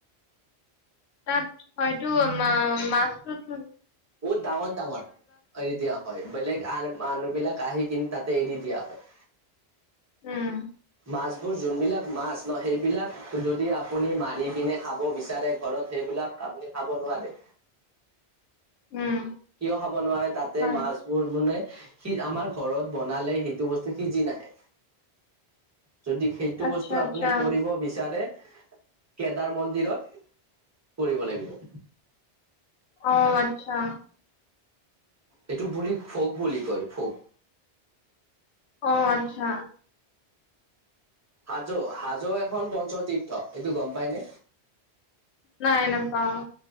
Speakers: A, on the left; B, on the right.
A: তাত হয়তো মা মাছটোত-
B: বহুত ডাঙৰ ডাঙৰ এৰি দিয়া হয়, বেলেগ মানুহ বিলাক আহি কিনে তাতে এৰি দিয়া হয়।
A: উম'
B: মাছবোৰ যোনবিলাক মাছ ন সেইবিলাক- যদি আপুনি মাৰি কিনে খাব বিচাৰে ঘৰত, সেইবিলাক আপুনি খাব নোৱাৰে।
A: উম'
B: কিয় খাব নোৱাৰে? তাতে
A: হয়
B: মাছ- বোৰ মানে সিজ আমাৰ ঘৰত বনালে সেইটো বস্তু সিজি নাহে। যদি সেইটো
A: আচ্ছা
B: বস্তু
A: আচ্ছা
B: আপুনি কৰিব- বিচাৰে কেদাৰ মন্দিৰত কৰিব লাগিব।
A: অঁ আৎচ্ছা।
B: এইটো বুলি ফওক বুলি কয় ফওক।
A: অঁ আৎচ্ছা।
B: হাজো, হাজো এখন পঞ্চতীৰ্থ এইটো গম পাইনে?
A: নাই নাপাওঁ।